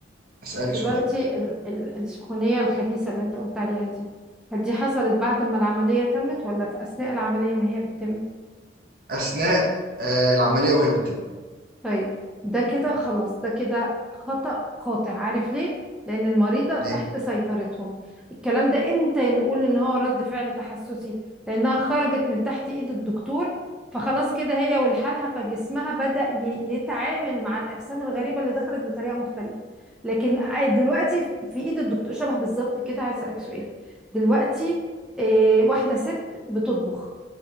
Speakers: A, on the right; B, in the centre.
A: اسالي
B: دلوقتي
A: سؤال
B: ال ال السخونية الخبيثة اللي انت قلت عليها دي هل دي حصلت بعد ما العملية تمت ولا في اثناء العملية ما هي بتتم
A: اثناء آه العمليه وهي بتتم
B: طيب ده كده خلاص ده كده خطأ قاطع عارف ليه؟ لأن المريضة تحت
A: ليه
B: سيطرتهم الكلام ده امتى نقول إن هو رد فعل تحسسي؟ لأنها خرجت من تحت إيد الدكتور فخلاص كده هي والحالها فجسمها بدأ ي- يتعامل مع الأجسام الغريبة اللي دخلت بطريقة مختلفة لكن آه، دلوقتي في إيد الدكتور شبه بالظبط كده عايز أسألك سؤال دلوقتي آه، واحدة ست بتطبخ